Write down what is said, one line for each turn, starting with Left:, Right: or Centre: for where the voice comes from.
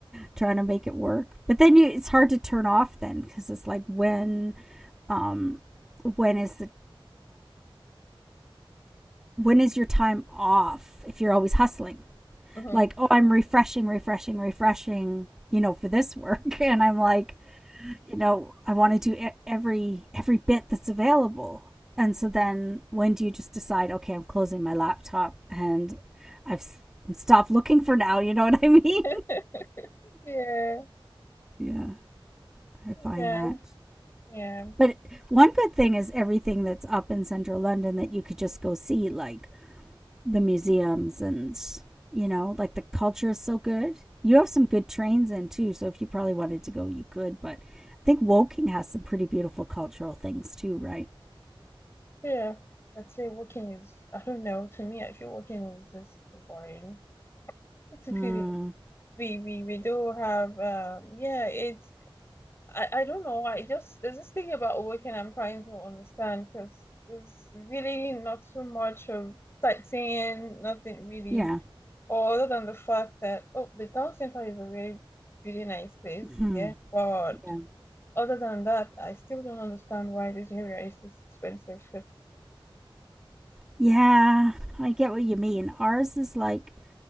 Centre: trying to make it work. But then you, it's hard to turn off then because it's like, when, um, when is the, when is your time off if you're always hustling?
Left: Mhm.
Centre: like, oh, I'm refreshing, refreshing, refreshing, you know, for this work. <laughs> And I'm like, you know, I want to do e- every every bit that's available. And so then when do you just decide, okay, I'm closing my laptop and I've stopped looking for now, <laughs> you know what I mean?
Left: <laughs> Yeah,
Centre: yeah, I find
Left: yeah,
Centre: that.
Left: yeah.
Centre: But one good thing is everything that's up in central London that you could just go see, like the museums and you know like the culture is so good you have some good trains in too so if you probably wanted to go you could but i think woking has some pretty beautiful cultural things too right
Left: Yeah, I'd say working is, I don't know, to me, I feel working is just boring. It's
Centre: mm,
Left: really We we we do have um yeah, it's I, I don't know why. It just there's this thing about working I'm trying to understand because there's really not so much of sightseeing, nothing really,
Centre: yeah
Left: or other than the fact that oh the town center is a really really nice place,
Centre: Hmm.
Left: yeah. But
Centre: yeah
Left: other than that, I still don't understand why this area is this expensive
Centre: yeah i get what you mean ours is like